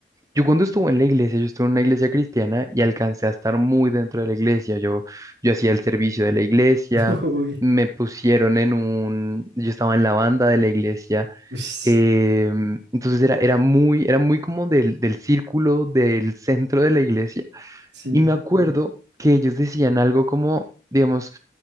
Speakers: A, on the right; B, on the right.
A: Yo cuando estuve en la iglesia, yo estuve en una iglesia cristiana y alcancé a estar muy dentro de la iglesia. Yo, yo hacía el servicio de la iglesia,
B: <laughs> Uy,
A: me pusieron en un, yo estaba en la banda de la iglesia.
B: ush,
A: em, entonces era, era muy, era muy como del, del círculo, del centro de la iglesia.
B: sí,
A: Y me acuerdo que ellos decían algo como, digamos,